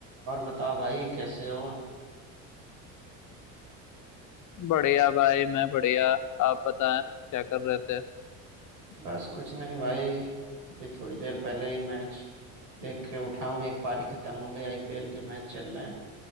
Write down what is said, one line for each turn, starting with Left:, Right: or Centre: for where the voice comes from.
Right: और बताओ भाई कैसे हो
Left: बढ़िया भाई मैं बढ़िया आप बताएं क्या कर रहे थे
Right: बस कुछ नहीं भाई अभी थोड़ी देर पहले ही मैच देख के उठा हूँ एक पारी खत्म हो गई आईपीएल के मैच चल रहे हैं